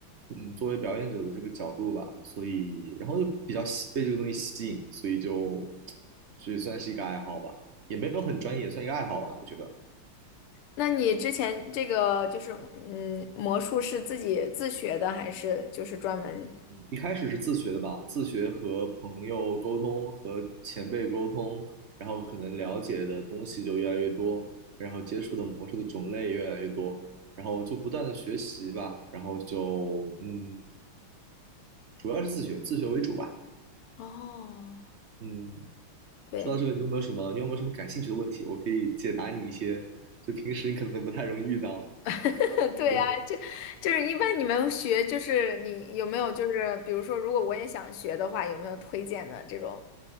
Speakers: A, on the right; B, on the left.
A: 嗯，作为表演者的这个角度吧，所以然后就比较吸被这个东西吸引，所以就就算是一个爱好吧，也没有很专业，算一个爱好吧，我觉得
B: 那你之前这个就是，嗯，魔术是自己自学的，还是就是专门？
A: 一开始是自学的吧，自学和朋友沟通和前辈沟通，然后可能了解的东西就越来越多，然后接触的魔术的种类越来越多。然后就不断的学习吧，然后就嗯，主要是自学，自学为主吧。
B: 哦，
A: 嗯，
B: 对，
A: 说到这个，你有没有什么，你有没有什么感兴趣的问题？我可以解答你一些，就平时你可能不太容易遇到。
B: <laughs> 对呀，
A: 对，
B: 就就是一般你们学，就是你有没有就是比如说，如果我也想学的话，有没有推荐的这种